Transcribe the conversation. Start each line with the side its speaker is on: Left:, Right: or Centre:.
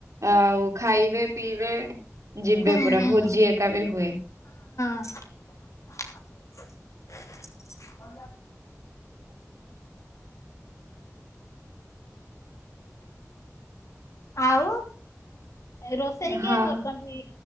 Right: ଆଉ ଖାଇବେ ପିଇବେ ଯିବେ
Left: ହୁଁ
Right: ପୁରା
Left: ହୁଁ
Right: ଭୋଜି ଏକାବେ ହୁଏ।
Left: <inaudible>
Right: <inaudible>
Left: ଆଉ ରୋଷେଇ କିଏ
Right: ହଁ।
Left: କରୁଛନ୍ତି